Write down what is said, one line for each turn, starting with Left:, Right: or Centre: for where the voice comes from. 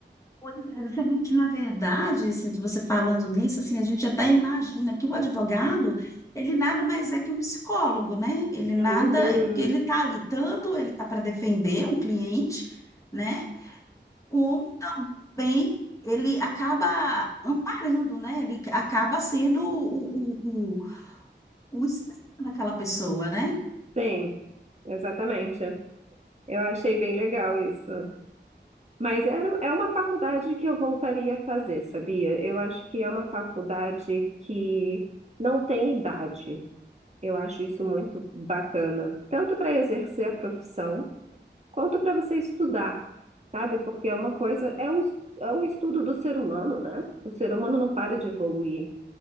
Left: Pois é, gente, <laughs> na verdade, assim, você falando nisso, assim, a gente até imagina que o advogado, ele nada mais é que um psicólogo, né? Ele
Right: Uhum,
Left: nada, é porque ele está ali, tanto ele está para defender um cliente, né? Como também ele acaba amparando, né? Ele acaba sendo o, o, o, o espelho daquela pessoa, né?
Right: tem, exatamente. Eu achei bem legal isso. Mas era, é uma faculdade que eu voltaria a fazer, sabia? Eu acho que é uma faculdade que não tem idade. Eu acho isso muito bacana, tanto para exercer a profissão, quanto para você estudar, sabe? Porque é uma coisa, é um, es- é um estudo do ser humano, né? O ser humano não para de evoluir.